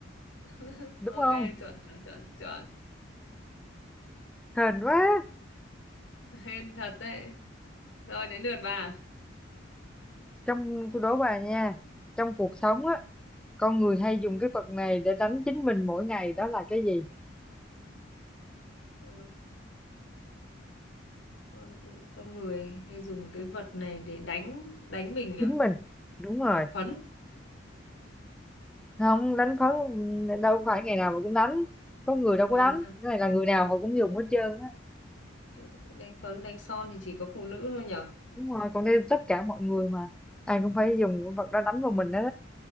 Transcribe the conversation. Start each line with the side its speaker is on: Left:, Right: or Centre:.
Left: <laughs>
Centre: đúng không?
Left: ok chuẩn chuẩn chuẩn chuẩn
Centre: Hên quá.
Left: hên thật đấy rồi đến lượt bà
Centre: Trong tôi đố bà nha, trong cuộc sống á, con người hay dùng cái vật này để đánh chính mình mỗi ngày, đó là cái gì?
Left: Ờ, con con người hay dùng cái vật này để đánh đánh mình
Centre: Chính
Left: à,
Centre: mình. Đúng rồi.
Left: à phấn
Centre: Không đánh phấn đâu phải ngày nào mà cũng đánh. Có người đâu có
Left: ừ,
Centre: đánh.
Left: ha.
Centre: Cái này là người nào họ cũng dùng hết trơn á.
Left: Để đánh phấn đánh son thì chỉ có phụ nữ thôi nhở
Centre: đúng rồi còn đây tất cả mọi người mà ai cũng phải dùng con vật đó đánh vào mình đó